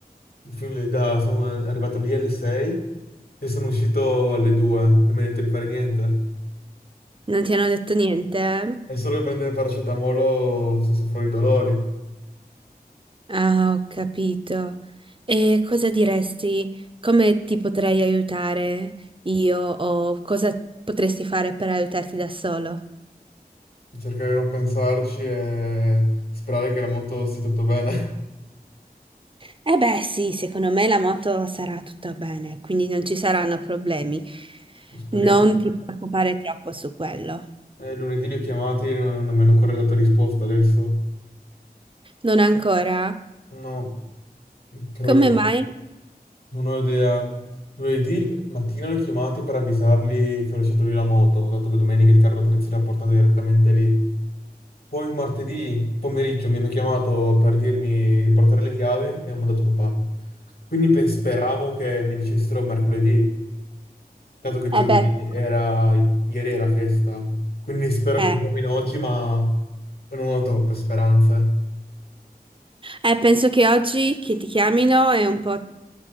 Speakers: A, on the left; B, on the right.
A: fin lì da- sono arrivato lì alle 6 e sono uscito alle 2, non mi hanno detto di fare niente.
B: Non ti hanno detto niente? eh?
A: È solo per prendere paracetamolo se soffro di dolori.
B: Ah, ho capito. E cosa diresti? Come ti potrei aiutare io o cosa potresti fare per aiutarti da solo?
A: Cercare di non pensarci e sperare che la moto stia tutto bene.
B: Eh beh, sì, secondo me la moto sarà tutta bene, quindi non ci saranno problemi.
A: Speriamo.
B: Non ti preoccupare troppo su quello.
A: Eh, eh, lunedì li ho chiamati, no- non mi hanno ancora dato risposta adesso.
B: Non ancora?
A: No, credo
B: Come
A: che
B: mai?
A: non ho idea. Lunedì mattina li ho chiamati per avvisarli che ho lasciato lì la moto, dato che domenica il carro attrezzi l'ha portato direttamente lì. Poi martedì pomeriggio mi hanno chiamato per dirmi di portare le chiavi e ho mandato papà. Quindi pens- speravo che mi dicessero mercoledì, dato che giovedì
B: Eh beh, però-
A: era, ieri era festa, quindi spero
B: eh.
A: che mi chiamino oggi, ma non ho troppe speranze.
B: Eh, penso che oggi che ti chiamino è un po'